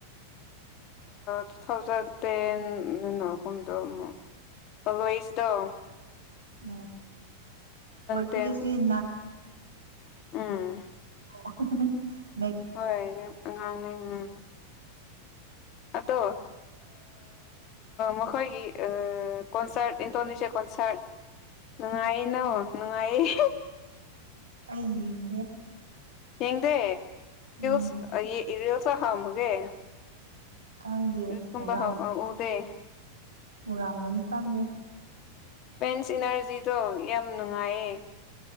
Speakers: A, on the left; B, on the right.
A: ꯇꯨ ꯊꯥꯎꯖꯟ ꯇꯦꯟꯅꯒꯨꯝꯗꯣ ꯑꯃꯨꯛ ꯀꯂꯣꯏꯁꯤꯗꯣ
B: ꯎꯝ ꯀꯇ
A: ꯇꯦꯟ
B: ꯁꯤ ꯏꯥꯡ
A: ꯎꯝ
B: <unintelligible>
A: ꯍꯣꯏ ꯑꯉꯥꯡꯅꯤ ꯎꯝ ꯑꯗꯣ ꯃꯈꯣꯏꯒꯤ ꯀꯣꯟꯁꯥꯔꯠ ꯏꯟꯗꯣꯅꯦꯁꯤꯌꯥ ꯀꯣꯟꯁꯥꯔꯠ ꯅꯨꯡꯉꯥꯏ ꯅ ꯅꯨꯡꯉꯥꯏꯌꯦ
B: ꯑꯩ ꯌꯦꯡꯗꯦ
A: ꯍꯡꯗꯦ
B: ꯎꯝ
A: ꯁ ꯏꯔꯜꯁ ꯍꯥꯎꯃꯒꯦ
B: ꯈꯪꯗꯦ
A: ꯔꯁꯀꯨꯝꯕ
B: ꯎꯔꯥꯡ
A: ꯎꯗꯦ
B: ꯎꯔꯥꯝꯒꯅꯤ ꯈꯪꯗꯦ
A: ꯐꯦꯟꯁ ꯏꯅꯔꯖꯤꯗꯣ ꯌꯥꯝ ꯅꯨꯡꯉꯥꯏꯌꯦ